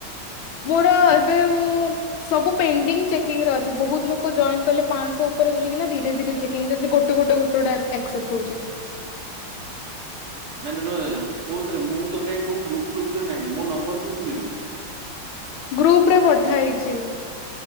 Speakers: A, on the left (about 85°); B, on the right (about 90°).
A: ମୋର ଏବେ ମୁଁ ସବୁ ପେଣ୍ଡିଙ୍ଗ ଚେକିଂ ର ଅଛି ବହୁତ ଲୋକ ଜଏନ୍ କଲେ ପାଞ୍ଚଶହ ଉପରେ ବୁଲିକି ନା ଧୀରେ ଧୀରେ ଚେକିଂରେ ଅଛି ଗୋଟେ ଗୋଟେ ଗୋଟେ <unintelligible>
B: ମାନେ ତ କୋଉଥରେ ମୁଁ ତ କାଁ କୋଉ ଗ୍ରୁପପ ରେ ନାହିଁ ମୋ ନମ୍ବର କୋଉଠୁ ମିଳିଲା।
A: ଗ୍ରୁପ ରେ ପଠା ହେଇଛି?